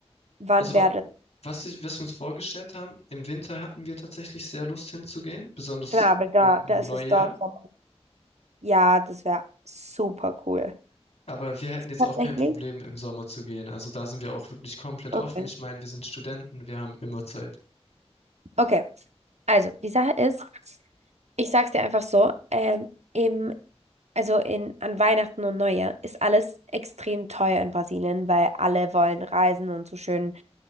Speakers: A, on the right (about 80°); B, on the left (about 75°).
A: wann
B: Also
A: wäre
B: wa-
A: das?
B: was, ich, was wir uns vorgestellt haben, im Winter hatten wir tatsächlich sehr Lust hinzugehen, besonders
A: Klar, weil da,
B: um, um
A: da ist
B: Neujahr.
A: es dort Sommer. Ja, das wäre super cool.
B: Aber wir hätten jetzt
A: Tatsächlich?
B: auch kein Problem, im Sommer zu gehen. Also da sind wir auch wirklich komplett
A: Okay.
B: offen. Ich meine, wir sind Studenten, wir haben immer Zeit.
A: Okay, also die Sache ist, ich sag's dir einfach so, ähm, im also in, an Weihnachten und Neujahr ist alles extrem teuer in Brasilien, weil alle wollen reisen und zu schönen